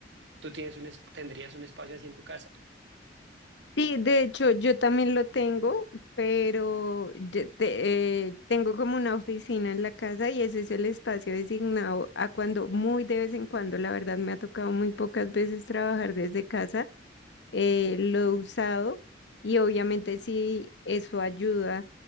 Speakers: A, on the right (about 75°); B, on the left (about 75°).
A: ¿Tú tienes un, es- tendrías un espacio así en tu casa?
B: Sí, de hecho, yo también lo tengo, pero yo te- eh, tengo como una oficina en la casa y ese es el espacio designado a cuando muy de vez en cuando, la verdad me ha tocado muy pocas veces trabajar desde casa eh, lo he usado y obviamente sí, eso ayuda,